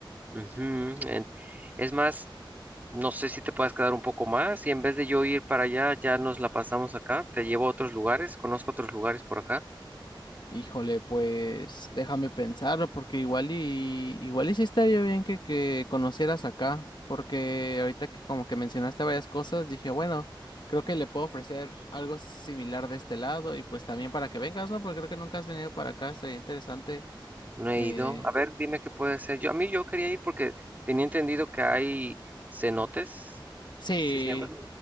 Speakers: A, on the right; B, on the left.
A: ujú, en- Es más, no sé si te puedas quedar un poco más y en vez de yo ir para allá, ya nos la pasamos acá. Te llevo a otros lugares, conozco otros lugares por acá.
B: Híjole, pues déjame pensar, porque igual y igual y sí estaría bien que, que conocieras acá, porque ahorita que como que mencionaste varias cosas, dije, bueno, creo que le puedo ofrecer algo similar de este lado y pues también para que vengas, ¿no? Porque creo que nunca has venido para acá, estaría interesante
A: No he
B: eh,
A: ido. A ver, dime qué puede ser. Yo, a mí yo quería ir porque tenía entendido que hay cenotes.
B: Sí,
A: Sí, siempre.